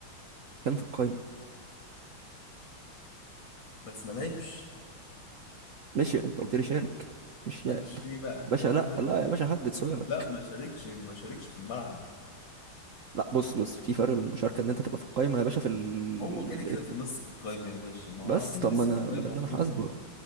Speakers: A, on the right; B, on the left.
A: كان في القايمة
B: بس ما لعبش
A: ماشي أنت قلت لي شارك مش
B: ماليش
A: لاعب
B: فيه بقى
A: باشا لا
B: <laughs>
A: لا يا باشا حدد سؤالك
B: لا ما شاركش ما شاركش في الملعب
A: لا بص بص في فرق بين المشاركة إن أنت تبقى في القايمة يا باشا في ال
B: هو كده كده
A: <laughs> ات-
B: في ميسي في القايمة يا باشا ما
A: بس
B: هو على طول
A: طب
B: ميسي
A: ما أنا
B: في القايمة
A: ما ده اللي
B: هو
A: أنا
B: بيخرج
A: حاسبه